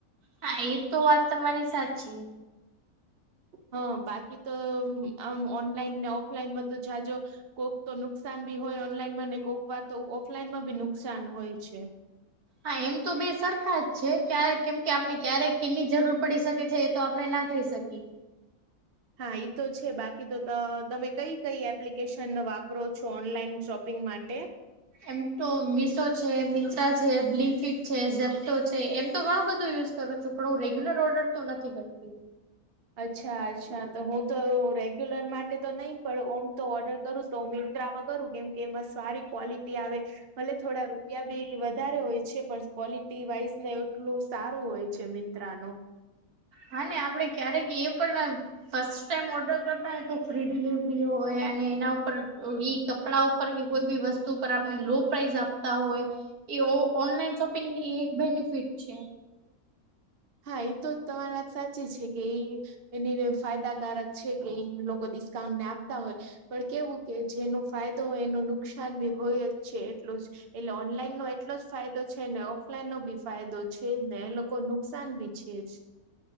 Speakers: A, on the right; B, on the right.
A: હા એ તો વાત તમારી સાચી.
B: હા, બાકી તો. આમ ઓનલાઈન ને ઓફલાઈનમાં તો જાજ. કોઈક તો નુકસાન બી હોય ઓનલાઈન માં ને, કોઈક વાર તો ઓફલાઈન માં બી નુકસાન હોય છે.
A: હા, એમ તો બે સરખા જ છે, ક્યારે કેમ કે આપણે ક્યારેક કેની જરૂર પડી શકે છે, એ તો આપડના. થઈ શકી.
B: હા, એ તો છે, બાકી તો તમે કઈ કઈ એપ્લિકેશન વાપરો છો? ઓનલાઈન શોપિંગ માટે.
A: એમ તો મીશો છે, મિંત્રા છે, બ્લિન્કીટ છે, ઝેપ્ટો છે, એમ તો ઘણો બધો યુઝ કરું છું, પણ હું રેગ્યુલર ઓર્ડર તો નથી કરતી.
B: અચ્છા, અચ્છા, તો હું તો રેગ્યુલર માટે તો નહીં, પણ ઓમ તો ઓર્ડર કરું તો, મિંત્રામાં કરું, કેમ કે એમાં સારી ક્વોલિટી આવે. ભલે થોડા રૂપિયા બી વધારે હોય છે, પણ ક્વોલિટી વાઈઝ ને એટલું સારું હોય છે, મન નું.
A: હા, આપડે ક્યારેક એ પણ. ફર્સ્ટ ટાઈમ ઓર્ડર કરતા હોય તો, ફ્રી ડિલિવરી હોય, અને એના ઉપર એ કપડા. ઉપર કે, કોઈ બી વસ્તુ પર આપને લો પ્રાઇસ આપતા હોય. એ ઓનલાઈન શોપિંગની એક બેનિફિટ છે.
B: હા, એ તો તમારી વાત સાચી છે કે, એ એની ફાયદાકારક છે કે, એ લોકો ડિસ્કાઉન્ટ ને આપતા હોય. પણ કેવું કે, જેનો ફાયદો હોય, એનું નુકસાન બી હોય જ છે, એટલું જ. એટલે ઓનલાઈન નો એટલો જ ફાયદો છે ને, ઓફલાઈન નો ભી ફાયદો છે જ ને, એ લોકો ન નુકસાન ભી છે જ.